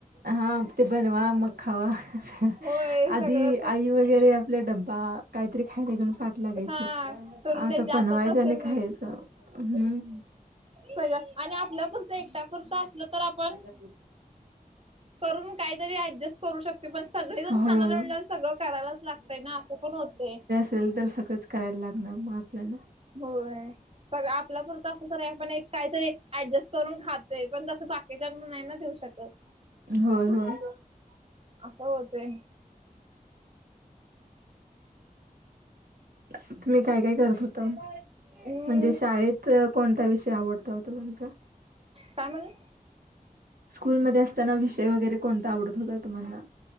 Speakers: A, on the right; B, on the right.
A: हा ते बनवा मग खावा सग
B: होय
A: आधी
B: सगळंच
A: आई. गरे आपल्या डबबा काहीरी खायला घेऊ. लागायची
B: हा करून
A: आता
B: द्यायचे
A: बनवायच
B: तसं
A: नाही खायच हम्.
B: सगळ आणि आपल्यापरचं एकट्यापरचं असलं तर आपण
A: महि तु
B: करून काहीतरी ऍडजस्ट करू शकत. पण सगळेजण
A: होय
B: खाण्या ज म्हला सगळं करायलाच लागतय ना असं पण होते.
A: असल तर सगळंच करायला लागणार मग आपल्याला
B: होय. सग आपला पुरतं असं त पण काहीतरी ऍडजस्ट करून खातय पण तसं बाकीच्या नाही ना देऊ शकत.
A: होय होय.
B: असं होतंय.
A: तुम्ही काय काय करत होत
B: अम्
A: म्हणजे शाळेत कोणता्या विषयी आवडता होत तुमचा?
B: का म्हण.
A: स्कूलमध्येध्ये असताना विषय वगैरे कोणता आवडत होता तुम्हाला